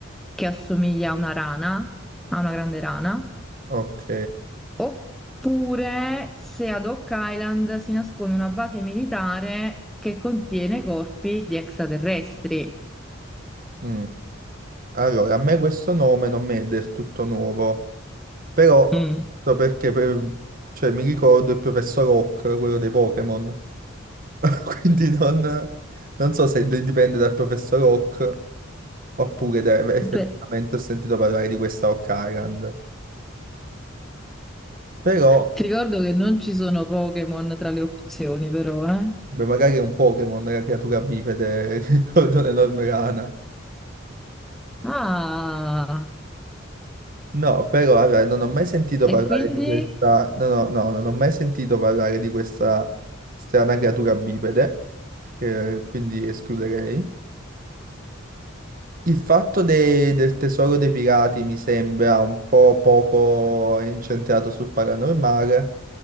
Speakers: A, in the centre; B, on the right.
A: che assomiglia a una rana, a una grande rana,
B: ok.
A: oppure se ad Oak Island si nasconde una base militare che contiene corpi di extraterrestri.
B: Mm. Allora, a me questo nome non mi è del tutto nuovo, però
A: Mm.
B: so perché per- cioè, mi ricordo il professor Oak, quello dei Pokémon. <laughs> Quindi non, non so se dipende dal professor Oak Oppure deve- effettivamente
A: Beh,
B: ho sentito parlare di questa Occurrent. Però,
A: Ti ricordo che non ci sono Pokémon tra le opzioni, però, eh?
B: beh, magari è un Pokémon, è la creatura bipede <laughs> con un'enorme rana.
A: Ah,
B: No, però allora, non ho mai sentito parlare
A: e quindi?
B: di questa. No, no, no, non ho mai sentito parlare di questa strana creatura bipede, eh, quindi escluderei. Il fatto de- del tesoro dei pirati mi sembra un po' poco incentrato sul paranormale